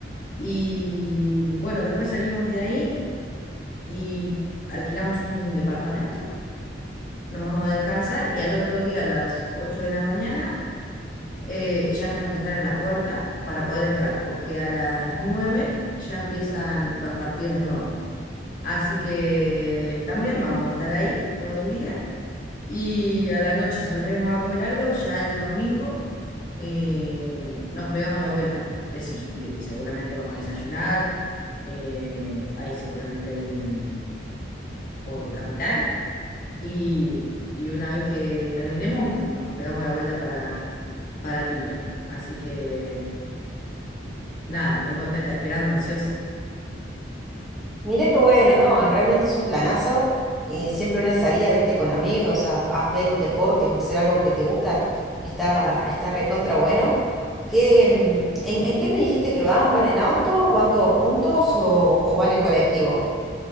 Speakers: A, on the left (about 45°); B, in the centre.
A: Y bueno, después salimos de ahí y alquilamos un departamento, nos vamos a descansar y al otro día a las 8 de la mañana eh, ya tenemos que estar en la puerta para poder entrar, porque a las 9 ya empiezan los partidos nuevos. Así que también vamos a estar ahí todo el día Y a la noche saldremos a comer algo, ya el domingo eh, nos pegamos la vuelta. Desu- de- seguramente vamos a desayunar, eh, ahí seguramente ahí en- por Capital. Y, y una vez que terminemos, nos pegamos la vuelta para, para Pinto. Así que nada, muy contenta, esperando, ansiosa.
B: Mirá qué bueno, ¿no? Ah, Realmente es un planazo. Eh, siempre una salida, viste, con amigos a, a ver un deporte o hacer algo que te gusta, está, está recontra bueno. ¿Qué, mm, en, en qué me dijiste que van? ¿Van en auto? ¿Van todos juntos o, o van en colectivo?